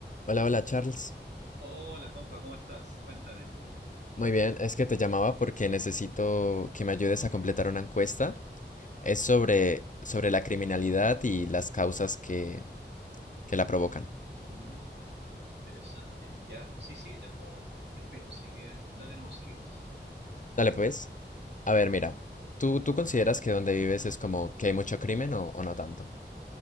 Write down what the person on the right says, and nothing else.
Hola, compa, ¿cómo estás? Cuéntame.
Mm, interesante. ¿Ya? Sí, sí, tengo, tengo un tiempito, así que dale nomás si quieres.